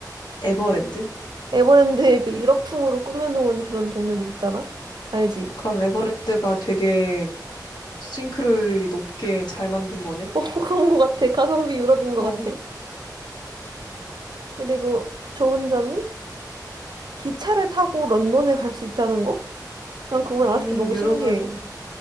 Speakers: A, on the left; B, on the right.
A: 에버랜드?
B: 에버랜드의 그 유럽풍으로 꾸며놓은 그런 동네들 있잖아. 알지?
A: 그럼 에버랜드가 되게 싱크로율이 높게 잘 만든 거네.
B: <laughs> 그런 것 같아. 가성비 유럽인 것
A: 어,
B: 같아. 그리고 좋은 점이 기차를 타고 런던에 갈 수 있다는 거? 난 그건
A: 음,
B: 아직도 너무
A: 유럽은,
B: 신기해.